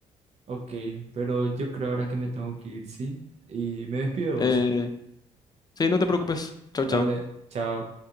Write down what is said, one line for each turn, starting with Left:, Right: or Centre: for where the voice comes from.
Right: Ok, pero yo creo ahora que me tengo que ir, ¿sí? Y me despido de
Left: Eh,
Right: vos.
Left: sí, no te preocupes.
Right: Da-
Left: Chao,
Right: Dale,
Left: chao.
Right: chao.